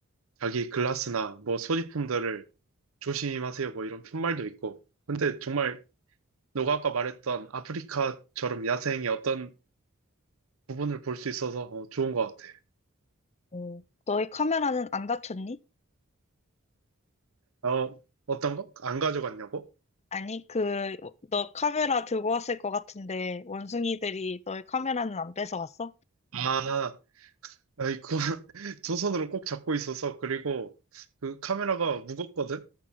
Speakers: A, on the right; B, on the left.
A: 자기 글라스나 뭐 소지품들을 조심하세요 뭐 이런 푯말도 있고 근데 정말 너가 아까 말했던 아프리카처럼 야생의 어떤 부분을 볼 수 있어서 어, 좋은 것 같아.
B: 어 너의 카메라는 안 다쳤니?
A: 어, 어떤 거? 안 가져갔냐고?
B: 아니, 그, 너 카메라 들고 왔을 것 같은데, 원숭이들이 너의 카메라는 안 뺏어갔어?
A: 아, 아이, 그거 <laughs> 두 손으로 꼭 잡고 있어서 그리고 그 카메라가 무겁거든?